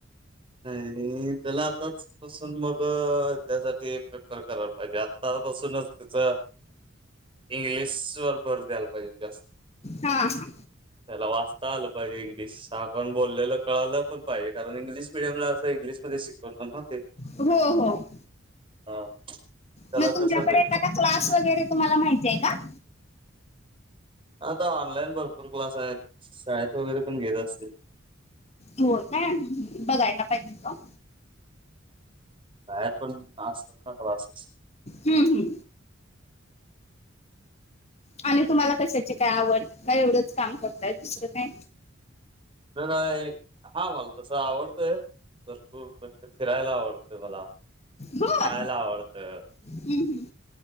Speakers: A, on the right (about 25°); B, on the left (about 35°).
A: नाही त्याला आताच पासून मग त्यासाठी प्रेफर कराला पाहिजे. आ- -त्ता पासूनच त्याचं- इंग्लिश वर भर द्यायला - -ह्यजे जास्त.
B: हा हा
A: त्याला वाचता आलं पाहिजे इंग्लिश. त्याला आपण बोललेलं कळालं पण पाहिजे. कारण इंग्लिश मिडियम ला असं इंग्लिशमध्ये शिकवणार न ते.
B: हो. हो.
A: हा. त्याला
B: मग तुमच्याकडे
A: तसं ते-
B: एखादा क्लास वगैरे तुम्हाला माहितीये का?
A: आता ऑनलाईन भरपूर क्लास आहेत. शाळेत वगैरे पण घेत असतील.
B: होय काय बघायला पाहिजे मग
A: बाहेर पण असतात ना क्लासेस
B: हम् हम् आणि तुम्हाला कशाची काय आवड का एवढच काम करताय दुसर काय
A: का काय <unintelligible> हा मला तस आवडतय भरपूर फिरायला आवडत मला
B: बर
A: खायाला आवडत
B: हम्म, हम्म.